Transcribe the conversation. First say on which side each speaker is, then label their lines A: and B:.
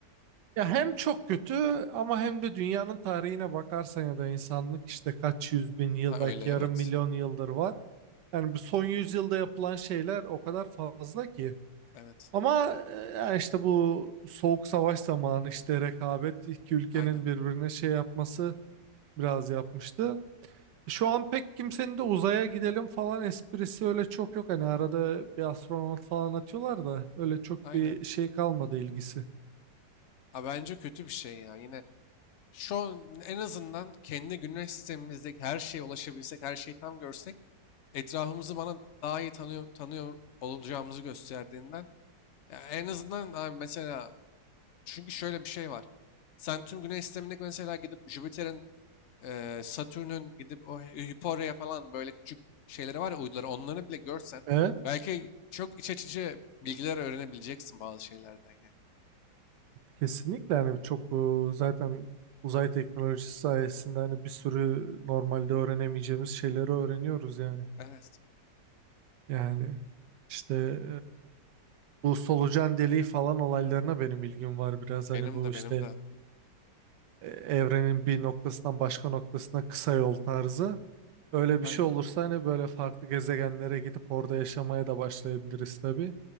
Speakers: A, on the right; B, on the left.
A: Ya hem çok kötü ama hem de dünyanın tarihine bakarsan ya da insanlık işte kaç yüz bin yıl
B: Ha öyle
A: belki
B: evet.
A: yarım milyon yıldır var. Yani bu son yüzyılda yapılan şeyler o kadar fazla ki.
B: Evet.
A: Ama e, işte bu soğuk savaş zamanı işte rekabet iki ülkenin
B: Aynen.
A: birbirine şey yapması biraz yapmıştı. Şu an pek kimsenin de uzaya gidelim falan esprisi öyle çok yok. Hani arada bir astronot falan atıyorlar da öyle çok
B: Aynen.
A: bir şey kalmadı ilgisi.
B: Ha, bence kötü bir şey ya. Yine şu an en azından kendi güneş sistemimizdeki her şeye ulaşabilsek, her şeyi tam görsek etrafımızı bana daha iyi tanıyor, tanıyor olacağımızı gösterdiğinden. Ya en azından abi mesela çünkü şöyle bir şey var. Sen tüm Güney sistemindeki mesela gidip Jüpiter'in, e, Satürn'ün gidip o Hyperia falan böyle küçük şeyleri var ya uyduları onları bile görsen
A: Evet.
B: belki çok iç açıcı bilgiler öğrenebileceksin bazı şeylerden yani.
A: Kesinlikle hani çok e, zaten uzay teknolojisi sayesinde hani bir sürü normalde öğrenemeyeceğimiz şeyleri öğreniyoruz yani.
B: Evet.
A: Yani işte Bu solucan deliği falan olaylarına benim ilgim var biraz. Hani
B: Benim
A: bu
B: de
A: işte
B: benim de.
A: e, evrenin bir noktasından başka noktasına kısa yol tarzı. Öyle bir
B: Aynen.
A: şey olursa hani böyle farklı gezegenlere gidip orada yaşamaya da başlayabiliriz tabii.